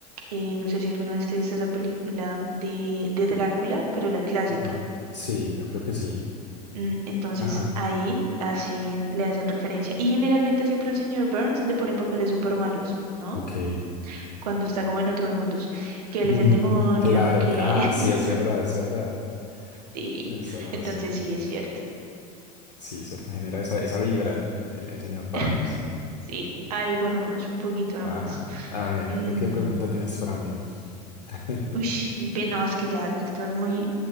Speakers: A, on the right; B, on the left.
A: eh, no sé si alguna vez te viste esa película de, de Drácula, pero la clásica.
B: ajá. Sí, yo creo que sí.
A: Mm, Entonces
B: Ajá.
A: ahí hacen, le hacen referencia. Y generalmente siempre el señor Burns le ponen papeles súper malos, ¿no?
B: Ok.
A: Cuando está como en otros mundos, que él
B: Mm,
A: es el demonio,
B: claro.
A: que
B: que- Ah, sí,
A: <laughs>
B: es verdad, es verdad.
A: Sí,
B: Tienes toda la razón.
A: entonces sí es cierto.
B: Sí, cierto, genera esa, esa vibra el, el señor Barnes.
A: <laughs> Sí, algo nomás, un poquito
B: Ajá.
A: nomás.
B: A ver,
A: Mm,
B: ¿tú qué pregunta tienes para mí? <laughs>
A: uy, bien, no, es que ya te estás muy,